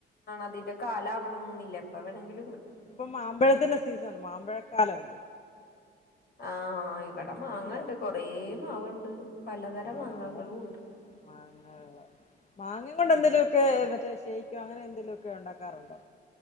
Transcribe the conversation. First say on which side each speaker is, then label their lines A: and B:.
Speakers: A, on the left (about 55°); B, on the left (about 35°).
A: അതിന്റെ കാലം ആവണമെന്നില്ല എപ്പ വേണമെങ്കിലും
B: ഇപ്പൊ മാമ്പഴത്തിന്റെ സീസൺ മാം മ്പഴ ക്കാലം
A: ആഹ് ഇവിടെ മാങ്ങണ്ട്
B: ഉണ്ടോ
A: കൊറേ മാവുണ്ട് പലതരം
B: ആഹ്
A: മാങ്ങകളും ഉണ്ട്
B: മാങ്ങ വെള്ളം മാങ്ങ കൊണ്ട് എന്തേലുമൊക്കെ മറ്റേ ഷെയ്ക്കോ അങ്ങനെ എന്തേലുമൊക്കെ ഉണ്ടാക്കാറുണ്ടോ